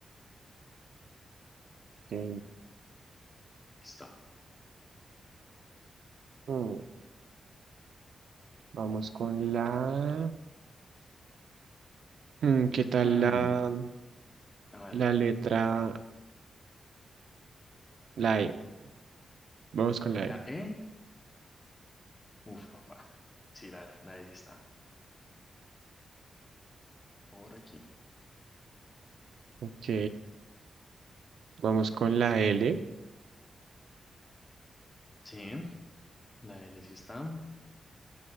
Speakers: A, on the right; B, on the left.
A: Ok.
B: Listo.
A: Mm, Vamos con la... mm, ¿Qué tal
B: Mm,
A: la...?
B: a ver.
A: La letra, la E. Vamos con la
B: La
A: E.
B: E. Uf, papá. Sí, la, la E sí está. Por aquí.
A: Ok, vamos con la L.
B: Sí, la L sí está.